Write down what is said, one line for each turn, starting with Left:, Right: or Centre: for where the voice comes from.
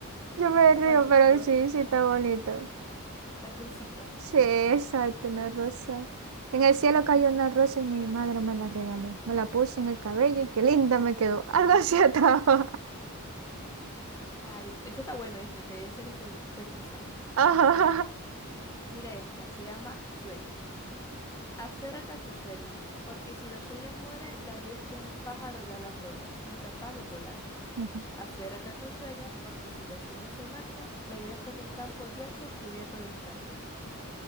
Right: Yo me
Left: está
Right: río,
Left: bonito,
Right: pero sí, sí está bonito.
Left: está cursito.
Right: Sí, exacto, una rosa. En el cielo cayó una rosa y mi madre me la regaló. Me la puse en el cabello y qué linda me quedó. <laughs> Algo así estaba.
Left: Ay, ese está bueno, este, de ese les poetiza.
Right: <laughs> Ajá.
Left: Mira esta, se llama Sueños. Aférrate a tus sueños, porque si los sueños mueren, la vida es como un pájaro de alas rotas, incapaz de volar.
Right: Ujú.
Left: Aférrate a tus sueños, porque si los sueños se marchan, la vida es como un campo yermo cubierto de escarcha.